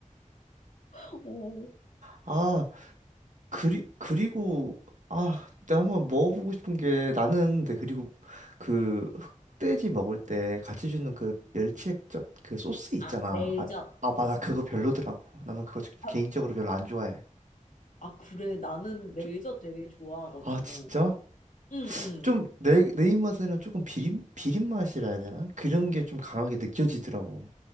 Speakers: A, on the left; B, on the right.
A: <laughs> 어.
B: 아, 그리 그리고 아 내가 한번 먹어보고 싶은 게 나는 근데 그리고 그 흑돼지 먹을 때 같이 주는 그 멸치액젓 그 소스 있잖아
A: 아, 일젓
B: 아, 아, 맞아 그거 별로더라고 나는 그거 좀
A: 아,
B: 개인적으로 별로 안 좋아해
A: 아, 그래. 나는 일젓
B: 좀,
A: 되게 좋아하거든.
B: 아
A: 응,
B: 진짜?
A: 응.
B: 좀 내 내 입맛에는 조금 비린 비린 맛이라 해야 되나? 그런 게 좀 강하게 느껴지더라고